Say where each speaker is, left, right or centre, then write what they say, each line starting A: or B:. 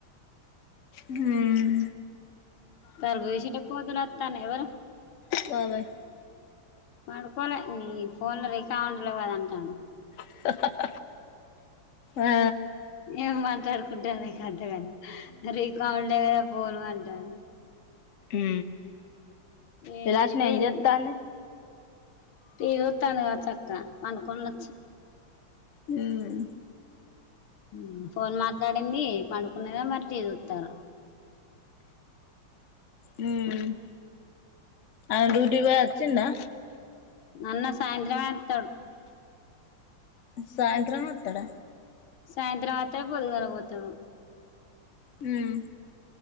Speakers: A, on the left; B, on the left.
A: ఉమ్
B: తలుపు తీసింటే కోతులు అత్తనయి ఎవర
A: బాబాయ్
B: పడుకోలే నీ ఫోన్ల రికామ్ లేవు కాదంటాడు
A: <unintelligible> ఆ
B: ఏం వం <unintelligible> రికాముండై కదా ఫోన్లు అని అంటాడు
A: ఊ
B: ఏంటిది
A: విలాసిన ఎం చేతంది
B: టీవీ చుత్తంది కావచ్చు అక్క పండుకుండొచ్చు
A: ఉమ్
B: ఊ ఫోన్ మాట్లాడింది పండుకున్నదో మరి టీవీ చూత్తర్రో
A: ఉమ్ ఆయన డ్యూటీ వోయి వచ్చిండా
B: అన్న సాయంత్రం మే వత్తాడు
A: సాయంత్రం మే వత్తాడ
B: సాయంత్రం వత్తాడు పొదుగాల పోతాడు
A: హుమ్